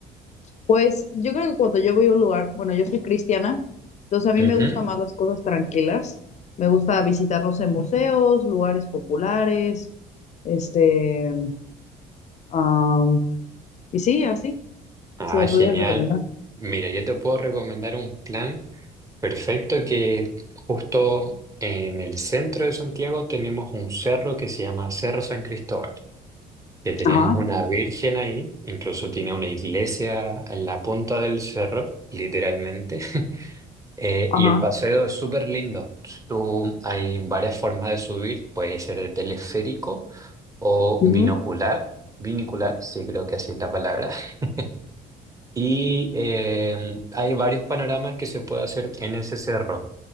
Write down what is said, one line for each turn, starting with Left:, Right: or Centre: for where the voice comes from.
Left: Pues yo creo que cuando yo voy a un lugar, bueno, yo soy cristiana, entonces a mí
Right: Ujú.
Left: me gustan más las cosas tranquilas. Me gusta visitar, no sé, museos, lugares populares, este, am, y sí, así,
Right: Ah,
Left: si me
Right: genial.
Left: pudieras recomendar.
Right: Mira, yo te puedo recomendar un plan Perfecto, que justo en el centro de Santiago tenemos un cerro que se llama Cerro San Cristóbal, que tenemos
Left: Ajá,
Right: una virgen ahí, incluso tiene una iglesia en la punta del cerro, literalmente. <laughs> Eh,
Left: ajá,
Right: y el paseo es súper lindo. Si Tú, hay varias formas de subir, puede ser de teleférico o
Left: ujú,
Right: binocular. Binicular, sí, creo que así es la palabra. <laughs> Y eh, hay varios panoramas que se puede hacer en ese cerro